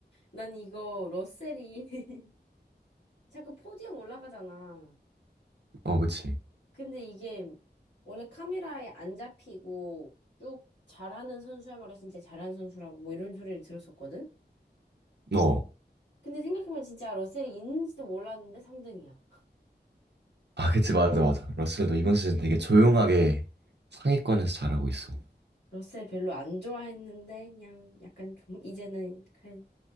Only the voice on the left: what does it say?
난 이거 러셀이 <laughs> 자꾸 포디움 올라가잖아.
근데 이게 원래 카메라에 안 잡히고 쭉 잘하는 선수야말로 진짜 잘하는 선수라고 뭐 이런 소리를 들었었거든?
근데 생각해보면 진짜 러셀이 있는지도 몰랐는데 3등이야.
러셀 별로 안 좋아했는데 그냥 약간 좀 이제는 그래